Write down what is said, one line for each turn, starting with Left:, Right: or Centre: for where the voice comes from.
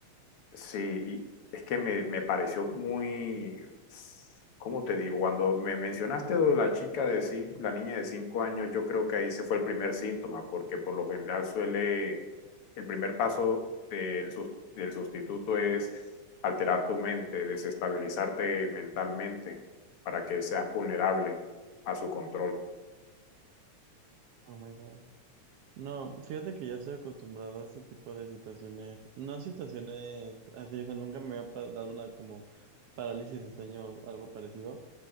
Left: Sí, y es que me, me pareció muy, ¿cómo te digo? Cuando me mencionaste lo de la chica de cinco, la niña de cinco años, yo creo que ahí se fue el primer síntoma, porque por lo general suele, el primer paso del, sus- del sustituto es alterar tu mente, desestabilizarte mentalmente para que seas vulnerable a su control.
Right: Oh my God. No, fíjate que ya estoy acostumbrado a este tipo de situaciones, no situaciones así, o sea, nunca me había pa- dado una como parálisis de sueño o algo parecido,